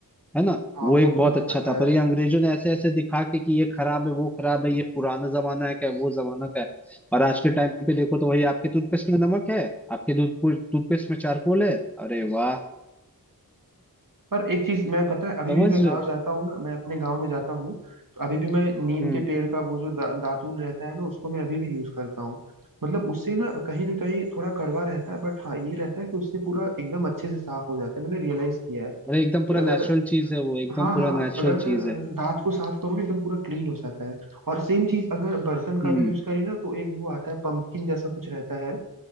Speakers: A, in the centre; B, on the right.
A: है ना
B: हाँ
A: वो
B: वो
A: एक
B: तो
A: बहुत
B: मुझे
A: अच्छा
B: पता
A: था पर
B: है
A: ये अंग्रेजों ने ऐसे ऐसे दिखा के कि ये खराब है वो खराब है ये पुराना जमाना है क्या वो जमाना का है और आज के टाइम पे देखो तो वही आपके टूथपेस्ट में नमक है आपके दूध टूथपेस्ट में चारकोल है अरे वाह
B: पर एक चीज मैं पता है अभी
A: समझ
B: भी मैं
A: रहे
B: गांव
A: हो
B: जाता हूँ ना मैं अपने गांव में जाता हूँ तो अभी भी मैं नीम
A: हम्म
B: के पेड़ का वो जो दा, दातून रहता है ना उसको मैं अभी भी यूज करता हूँ मतलब उससे ना कहीं ना कहीं थोड़ा कड़वा रहता है बट हाँ ये रहता है कि उससे पूरा एकदम अच्छे से साफ हो जाता है मैंने रियलाइज किया है
A: अरे एकदम
B: कि
A: पूरा
B: अगर
A: नेचुरल चीज है वो एकदम
B: हाँ हाँ
A: पूरा नेचुरल
B: अगर
A: चीज है
B: अ, दांत को साफ करो ना एकदम पूरा क्लीन हो जाता है और सेम चीज अगर बर्तन का
A: हम्म
B: भी यूज करें ना तो एक वो आता है पंपकिन जैसा कुछ रहता है